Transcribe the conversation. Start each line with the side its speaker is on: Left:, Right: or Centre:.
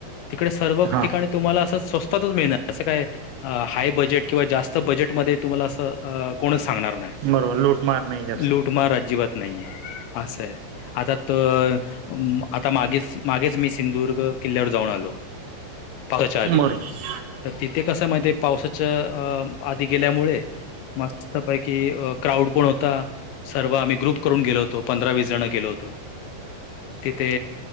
Left: तिकडे सर्व
Right: हा
Left: ठिकाणी तुम्हांला असं स्वस्तातच मिळणार असं काय हाय बजेट किंवा जास्त बजेटमध्ये तुम्हांला असं कोणच सांगणार नाही.
Right: बरोबर लूटमार नाही जास्त
Left: लूटमार अजिबात नाहीये असंय आता तर आता मागेच -मागेच मी सिंधुदुर्ग किल्ल्यावर जाऊन आलो. पावसाच्या आधी,
Right: बरोबर
Left: तर तिथे कसं माहिती आहे पावसाच्या अ आधी गेल्यामुळे मस्त पैकी क्राऊड पण होता, सर्व आम्ही ग्रुप करून गेलोतो, पंधरा-वीस जण गेलो होतो. तिथे